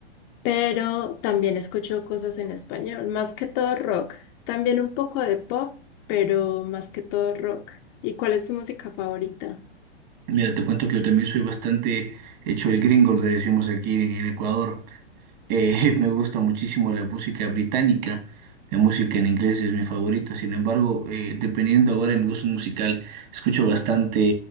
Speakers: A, on the left; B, on the right.
A: pero también escucho cosas en español, más que todo rock, también un poco de pop, pero más que todo rock. ¿Y cuál es tu música favorita?
B: Mira, te cuento que yo también soy bastante hecho el gringo, le decimos aquí en, en Ecuador. Eh, <laughs> me gusta muchísimo la música británica. La música en inglés es mi favorita. Sin embargo, eh, dependiendo ahora de mi gusto musical, escucho bastante